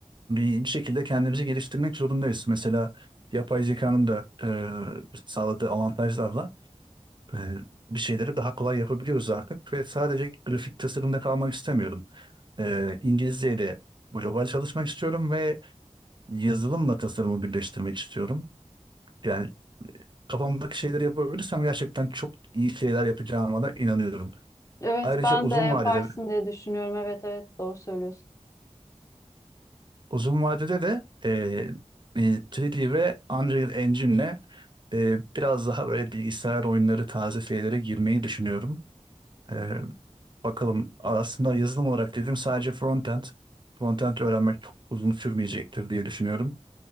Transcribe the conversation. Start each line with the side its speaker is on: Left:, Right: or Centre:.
Right: bir şekilde kendimizi geliştirmek zorundayız. Mesela yapay zekanın da e, sağladığı avantajlarla e, bir şeyleri daha kolay yapabiliyoruz artık ve sadece grafik tasarımda kalmak istemiyorum. E, İngilizceyle de global çalışmak istiyorum ve yazılımla tasarımı birleştirmek istiyorum. Yani kafamdaki şeyleri yapabilirsem gerçekten çok iyi şeyler yapacağıma da inanıyorum.
Left: Evet
Right: Ayrıca
Left: ben
Right: uzun
Left: de yaparsın
Right: vadede de,
Left: diye düşünüyorum. Evet evet doğru söylüyorsun.
Right: uzun vadede de e, e, 3D ve Unreal Engine'le e, biraz daha böyle bilgisayar oyunları tarzı şeylere girmeyi düşünüyorum. Ee, bakalım aslında yazılım olarak dedim sadece frontend. Frontend öğrenmek çok uzun sürmeyecektir diye düşünüyorum.